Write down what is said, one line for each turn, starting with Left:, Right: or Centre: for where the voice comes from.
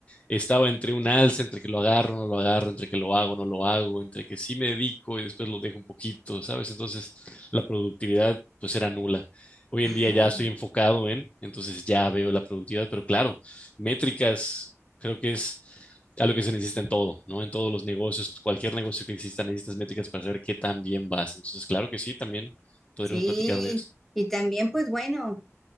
Left: estaba entre un alza, entre que lo agarro, no lo agarro, entre que lo hago, no lo hago, entre que sí me dedico y después lo dejo un poquito, ¿sabes? Entonces la productividad pues era nula. Hoy en
Centre: Ah,
Left: día ya estoy enfocado en, entonces ya veo la productividad, pero claro, métricas creo que es algo que se necesita en todo, ¿no? En todos los negocios, cualquier negocio que exista necesitas métricas para saber qué tan bien vas. Entonces, claro que sí, también Podremos
Centre: sí,
Left: platicar de eso.
Centre: y también pues bueno,